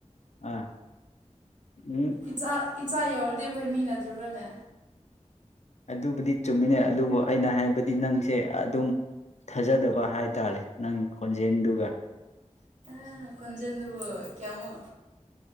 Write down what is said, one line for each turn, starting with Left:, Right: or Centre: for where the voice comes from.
Left: ꯑ ꯎꯝ꯫
Right: ꯏꯆꯥ ꯏꯆꯥ ꯌꯎꯔꯗꯤ ꯑꯩꯈꯣꯏ ꯃꯤ ꯅꯠꯇ꯭ꯔꯤꯕ꯭ꯔꯥꯅꯦ꯫
Left: ꯑꯗꯨꯕꯨꯗꯤ ꯆꯨꯝꯃꯤꯅꯦ ꯑꯗꯨꯕꯨ ꯑꯩꯅ ꯍꯥꯏꯕꯗꯤ ꯅꯪꯁꯦ ꯑꯗꯨꯝ ꯊꯥꯖꯗꯕ ꯍꯥꯏ꯫ ꯇꯥꯔꯦ ꯅꯪ ꯈꯣꯟꯖꯦꯜꯗꯨꯒ꯫
Right: ꯅꯪ ꯈꯣꯟꯖꯦꯟ ꯑꯗꯨꯕꯨ ꯀꯦꯌꯥꯃꯨ꯫